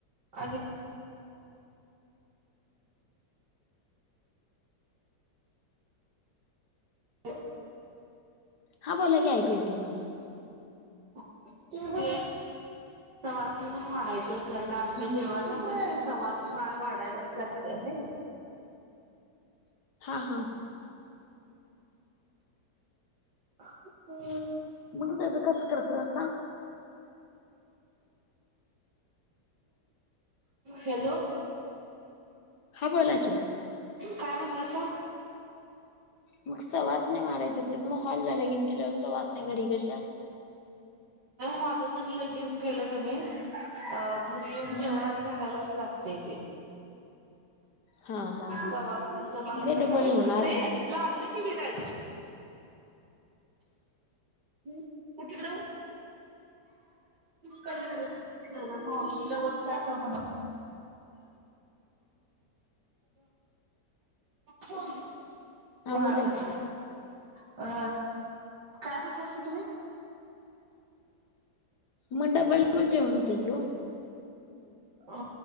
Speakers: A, on the right; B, on the left.
A: अ हो
B: हा बोला की ऐकू येत मला
A: म सवाष्णी करून वाडायचं आता आमच्या
B: हम्म
A: देवांना सवाष्णी माग वाढायलाच लागते ना
B: ह हा
A: हम्
B: मग त्याचं कसं करतासा?
A: हॅलो
B: हा बोला कि
A: काय म्हटल अस
B: मग सवाष्णी नाही मारायचे असते तर मग हॉल ला लगिन केल्या सवास नाही घरी कशा
A: हॉल जरी लगेन केलं कनी घरी येऊन
B: हम्म
A: जेवणाने घालायलाच लागत तेज
B: हा हा
A: सवासण्याचा मनात
B: मग ते डबल
A: अरे
B: होणार
A: लागले क विराज हम्म तिकडे ख शिलावररच्याम ह ह
B: हा
A: वारकस
B: बोला की
A: अ काय म्हटलं तम्हा
B: मंडापालल जेवण होते कि हो
A: अ